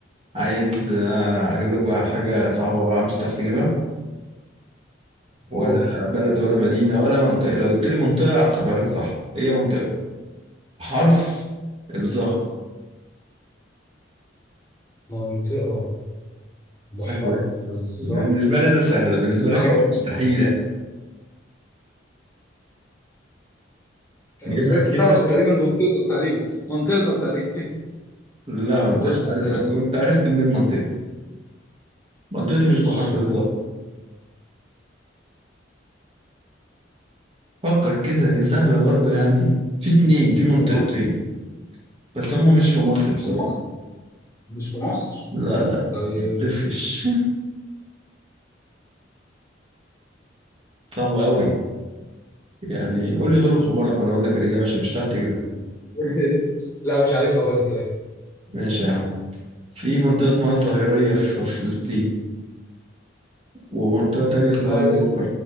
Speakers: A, on the right; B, on the left.
A: عايز آه، اجيب لك بقى حاجه صعبه بقى مش هتعرف تجيبها ولا
B: اوه
A: بلد ولا مدينه ولا منطقه لو جبت لي منطقه هحسبها لك صح هي منطقه حرف الظهر
B: منطقة
A: سهل
B: بحرف الظا
A: بالنسبة لي أنا سهلة بالنسبة لك
B: تعالى
A: أنت مستحيلة تجيبها
B: آه، بس ده انت سهل
A: كده
B: عشان تقريبا ده منطقتك تقريبا منطقتك تقريبا
A: لا أنت
B: <laughs> بص
A: مش عارف
B: آه،
A: وأنت عرفت منين منطقتي منطقتي مش
B: مش
A: بحر بالظبط فكر كده هي سهلة برضه يعني في اتنين في منطقتين
B: صح
A: بس هم مش في مصر بصراحة
B: في مصر مش في مصر
A: لا لا
B: طيب
A: ما تلفش <laughs> صعبة أوي يعني قول لي غلب حمارك وأنا أقول لك الإجابة عشان مش هتعرف تجيبها
B: <laughs> لا مش عارف اقول لك طيب
A: ماشي يا عم في منطقة اسمها الظهيرية في في فلسطين ومنطقة تانية اسمها
B: لا
A: الظفر
B: ده